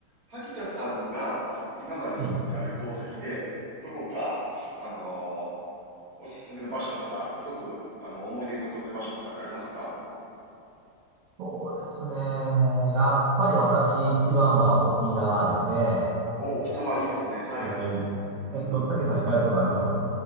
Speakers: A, on the right (about 55°); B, on the right (about 70°).
A: 萩田さんが今まで行った旅行先で、
B: うん。
A: どこか、あのーおすすめの場所とか、すごく、あの、思い出に残ってる場所とかってありますか
B: そうですね。やっぱり私一番は沖縄ですね。
A: お、沖縄いいですね。
B: <laughs>
A: はい。
B: はい。
A: うん。
B: えっと、たけさん行かれたことあります